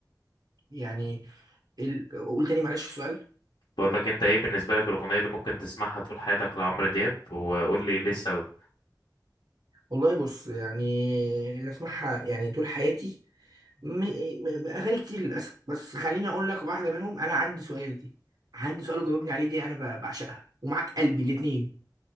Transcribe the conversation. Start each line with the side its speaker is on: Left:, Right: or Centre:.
Right: يعني ال... قول تاني معلش السؤال
Left: بقول لك انت ايه بالنسبة لك الأغنية اللي ممكن تسمعها طول حياتك لعمرو دياب وقول لي ليه السبب
Right: والله بص يعني اللي اسمعها يعني طول حياتي م... م... اغاني كتير للاسف بس خليني اقول لك واحده منهم انا عندي سؤال دي عندي سؤال وجاوبني عليه دي انا ب... بعشقها ومعاك قلبي الاتنين